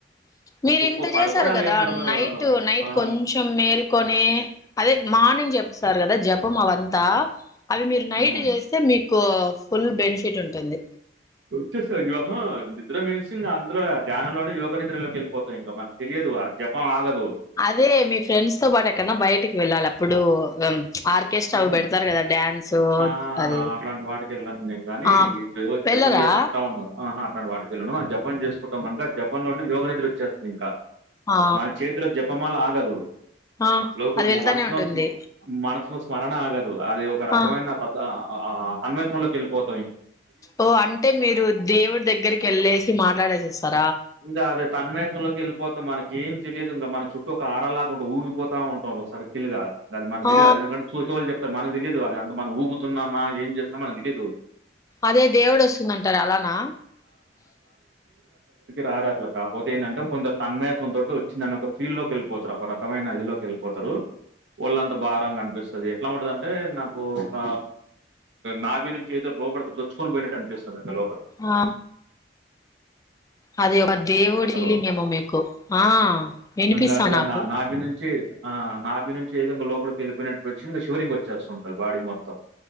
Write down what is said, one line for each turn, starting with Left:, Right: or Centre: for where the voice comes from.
Left: మీరు
Right: నువ్వు
Left: ఇంత
Right: పడుకోవడాలేముండవు.
Left: చేసారు కదా నైట్ నైట్
Right: ఆ!
Left: కొంచెం మేల్ కొని అదే మార్నింగ్ చెప్స్తారు కదా జపం అవంతా అవి మీరు నైట్
Right: హ్మ్.
Left: చేస్తే మీకు ఫుల్ బెనిఫిట్ ఉంటుంది
Right: వచ్చే సి యోహ నిద్ర మన్సింగ్ అందులో ధ్యానంలోనే యోగ నిద్రలోకి వెళ్ళిపోతాయి ఇంకా మనకు తెలియదు తెలియదు జపం ఆగదు
Left: అదే మీ ఫ్రెండ్స్ తో పాటు ఎక్కన్నా బయటికి వెళ్ళాలి అప్పుడు ఆర్కెస్ట్రా
Right: హుహు.
Left: పెడతారు కదా డ్యాన్సు
Right: ఆ!
Left: అది
Right: అట్లాంటి వాటికెళ్ళను నేను గానీ,
Left: ఆ
Right: జో
Left: వెళ్ళరా
Right: జపం చేసుకుంటా ఉన్నాం ఆహ అలాంటి వాటికి వెళ్ళం ఆ జపం చేసుకుంటాం కనుక జపం లోనే యోగ నిద్రి వచ్చేస్తుంది ఇంకా
Left: ఆ
Right: మన చేతిలో జపమాలా ఆగదు
Left: ఆ
Right: లో
Left: అది వెళ్తానే
Right: మనసులో
Left: ఉంటుంది
Right: స్మా మనసులో స్మరణ ఆగదు అది ఒక రకమైన
Left: ఆ
Right: అ సన్మెత్రలోకి వెళ్ళిపోతుంది
Left: ఓ అంటే మీరు దేవుడి దగ్గరికి వెళ్ళేసి మాట్లాడేసేస్తారు
Right: ఇంకా అదే తన్మేతంలోకి వెళ్ళిపోతాం మనకి తెలియదు ఇంకా మన చుట్టూ ఒక ఆరాలాకు ఊగిపోతా ఉంటాం సర్కిల్ గా అది మన తెలియదు
Left: ఆ
Right: చూసే వాళ్లు చెప్ అ మనకు తెలియదు అది అంత మనం ఊగుతున్నామా ఏం చేస్తామా మనకు తెలీయదు
Left: అదే దేవుడు వస్తుందంటారు అలానా
Right: రార అట్ల కాపోతే ఏందంటే కొందరు తన్మయత్మం తో వచ్చిందని ఒక ఫీల్ లోకి ఎళ్ళిపోతారు ఒక రకమైన ఇది లోకిఎళ్ళిపోతారు రు ఒళ్ళంత భారంగా అనిపిస్తుంది ఎట్లా ఉంటదంటె నాకు ఒక నాభి నుంచి ఏదో రోబడ్కి చొచ్చుకొని పోయినట్టనిపిస్తుదట లో
Left: ఆ అది ఒక దేవుడి
Right: హలో
Left: ఫీలింగ్ ఏమో మీకు ఆ వినిపిస్తా
Right: ఇంగ అట్లా
Left: నాకు
Right: నా నాభి నుంచి ఆ నాభి నుంచి ఏదంగా లోపలికి వెళ్ళిపోయినట్టు వచ్చి ఇంగ షివరింగ్ వచ్చేస్తుంటది బాడీ మొత్తం